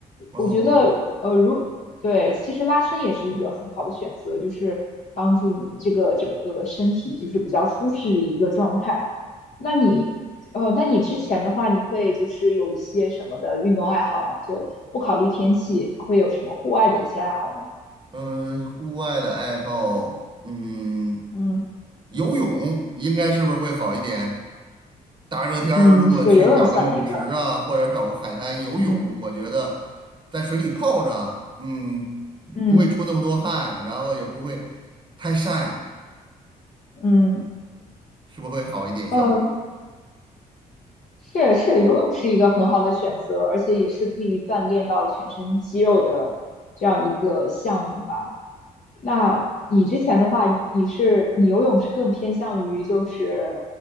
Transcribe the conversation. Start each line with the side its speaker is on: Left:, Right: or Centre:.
Right: 哦，
Left: 我觉得，呃，如对，其实拉伸也是一个很好的选择，就是帮助你这个整个身体就是比较舒适的一个状态。那你，呃，那你之前的话，你会就是有一些什么的运动爱好吗？就不考虑天气，你会有什么户外的一些爱好吗？
Right: 嗯，户外的爱好，嗯，
Left: 嗯
Right: 游泳应该是不是会好一点？大热天儿如果去找个泳池啊，
Left: 嗯，是游泳算一个，
Right: 或者找个海滩游泳，
Left: 嗯
Right: 我觉得在水里泡着，嗯，
Left: 嗯
Right: 不会出那么多汗，然后也不会太晒，
Left: 嗯，
Right: 是不是会好一点效果？
Left: 呃，是是，游泳是一个很好的选择，而且也是可以锻炼到全身肌肉的这样一个项目吧。那你之前的话，你是你游泳是更偏向于就是